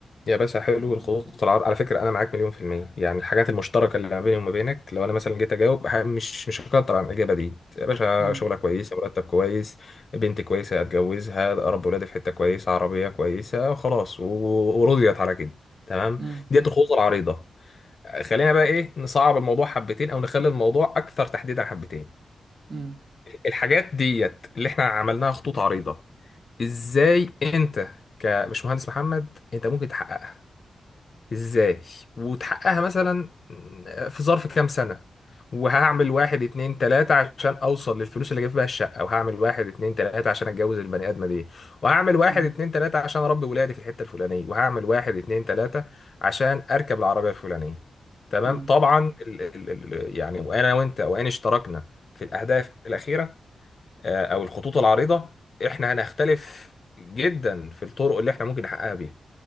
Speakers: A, on the left; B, on the right.
A: يا باشا حلو
B: آه،
A: الخطوط
B: ف-
A: العرض على فكرة أنا معاك مليون في المية يعني الحاجات المشتركة اللي ما بيني وما بينك لو أنا مثلا جيت أجاوب ح- مش مش هكتر عن الإجابة دي يا باشا
B: مم.
A: شغلة كويسة مرتب كويس بنت كويسة هتجوزها أربي ولادي في حتة كويسة عربية كويسة وخلاص و- ورضيت على كده تمام
B: مم.
A: ديت الخطوط العريضة خلينا بقى إيه نصعب الموضوع حبتين أو نخلي الموضوع أكثر تحديدا حبتين
B: مم.
A: الحاجات ديت اللي إحنا عملناها خطوط عريضة إزاي أنت كمش مهندس محمد أنت ممكن تحققها ازاي وتحققها مثلا في ظرف كام سنة وهعمل واحد اتنين تلاتة عشان اوصل للفلوس اللي اجيب بيها الشقة وهعمل واحد اتنين تلاتة عشان اتجوز البني ادمة دي وهعمل واحد
B: مم.
A: اتنين تلاتة عشان اربي ولادي في الحتة الفلانية وهعمل واحد اتنين تلاتة عشان اركب العربية الفلانية تمام
B: مم.
A: طبعا ال ال ال يعني وانا وانت وان اشتركنا في الاهداف الاخيرة آه، او الخطوط العريضة احنا هنختلف جدا في الطرق اللي احنا ممكن نحققها بيها